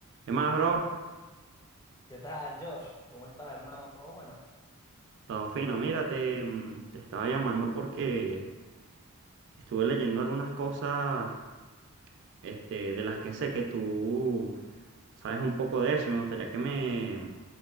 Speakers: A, on the right; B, on the left.
A: ¿Qué más, bro?
B: ¿Qué tal, Josh? ¿Cómo estás, hermano? ¿Todo bueno?
A: Todo fino. Mira, te, mm, te estaba llamando porque estuve leyendo algunas cosas, este, de las que sé que tú sabes un poco de eso y me gustaría que me,